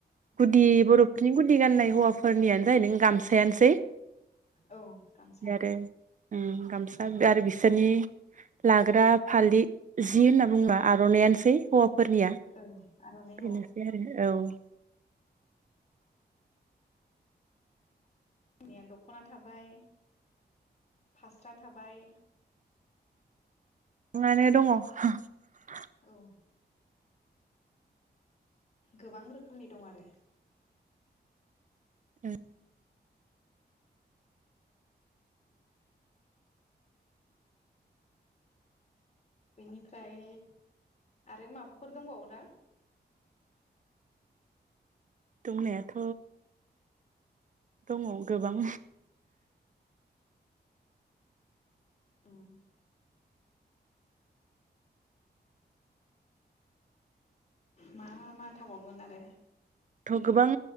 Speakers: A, on the right (about 45°); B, on the left (about 40°).
A: गुदि बर'फोरनि गुदि गाननाय हौवाफोरनियानो जाहैदों गामसायानोसै।
B: औ गामसा।
A: आरो उम गामसा आरो बिसोरनि लाग्रा फालि जि होनना बुंबा आर'नायानोस <unintelligible> फोरनिया
B: औ आर'नाइ
A: बेनोसै
B: औ
A: आरो औ
B: जोंनिया दख'ना थाबाय, फास्रा थाबाय,
A: <unintelligible> दङ'
B: औ गोबां रोखोमनि दं आरो।
A: उम।
B: बेनिफ्राय आरो माबाफोर दंबावो ना?
A: दंनायाथ' दङ गोबां।
B: उम। मा मा थाबावगोन आरो?
A: थ' गोबां